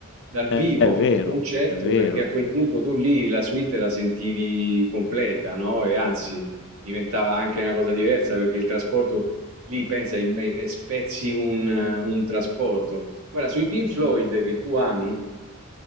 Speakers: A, on the right (about 75°); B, on the left (about 55°).
A: dal
B: Eh,
A: vivo
B: È vero,
A: il concerto,
B: è vero,
A: perché a quel punto tu lì la suite la sentivi completa, no? E anzi, diventava anche una cosa diversa perché il trasporto lì pensa, in- eh, spezzi un, un trasporto. Guarda, sui Pink Floyd che tu ami.